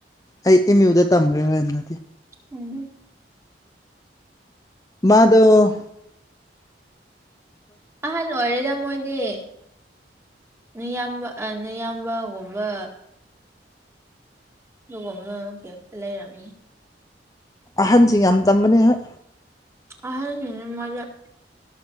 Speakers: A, on the left (about 20°); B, on the right (about 15°).
A: ꯑꯩ ꯏꯃꯤ ꯎꯗ ꯊꯝꯒꯦ ꯍꯥꯏꯅ
B: ꯎꯝ
A: ꯃꯥꯗ
B: ꯑ ꯍꯜꯂꯣ ꯋꯥꯔꯤꯔꯦꯗ ꯃꯣꯏꯗꯤꯌꯥꯝꯕ ꯅꯌꯥꯝꯕꯒꯨꯝꯕ ꯑꯗꯨꯒ ꯑꯃꯅ ꯀꯦꯇ ꯂꯩꯔꯑꯝꯅꯤ
A: ꯑꯍꯟꯁꯤꯡ ꯌꯥꯝ ꯇꯝꯕꯅꯦ ꯍꯣꯏ
B: ꯍꯥꯏ ꯃꯖꯥ ꯍ